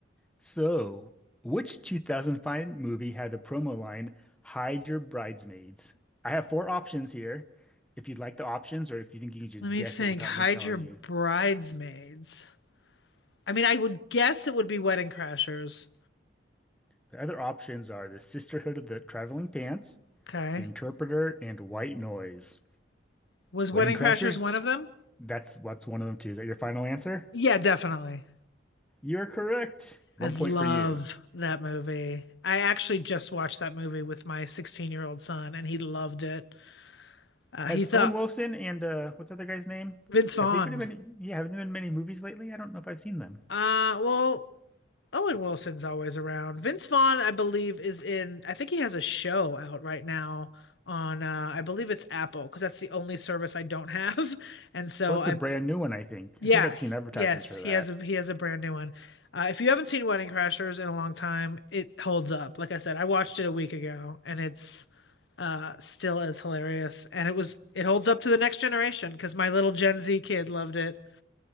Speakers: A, in the centre; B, on the left (about 65°).
A: So, which 2005 movie had the promo line, Hide Your Bridesmaids? I have four options here. If you'd like the options, or if you think you can just
B: Let me
A: guess
B: think.
A: it without
B: Hide
A: me telling
B: your bridesmaids.
A: you.
B: I mean, I would guess it would be Wedding Crashers.
A: The other options are the Sisterhood of the Traveling Pants,
B: Okay.
A: the Interpreter, and White Noise.
B: Was
A: Wedding
B: Wedding
A: Crashers?
B: Crashers one of them?
A: That's what's one of them too. Is that your final answer?
B: Yeah, definitely.
A: You're correct. One
B: I love
A: point for you.
B: that movie. I actually just watched that movie with my 16 year old son, and he loved it. Uh,
A: Has
B: he thought
A: Owen Wilson and uh what's the other guy's name?
B: Vince Vaughn.
A: Have they been in any yeah, have there been many movies lately? I don't know if I've seen them.
B: Uh, well, Owen Wilson's always around. Vince Vaughn, I believe, is in. I think he has a show out right now on. Uh, I believe it's Apple because that's the only service I don't have, <laughs> and so
A: Well, it's
B: I
A: a brand new one, I think.
B: Yeah,
A: I think I've seen advertisements
B: yes,
A: for
B: he
A: that.
B: has a he has a brand new one. Uh, if you haven't seen Wedding Crashers in a long time, it holds up. Like I said, I watched it a week ago, and it's uh still as hilarious. And it was it holds up to the next generation because my little Gen Z kid loved it.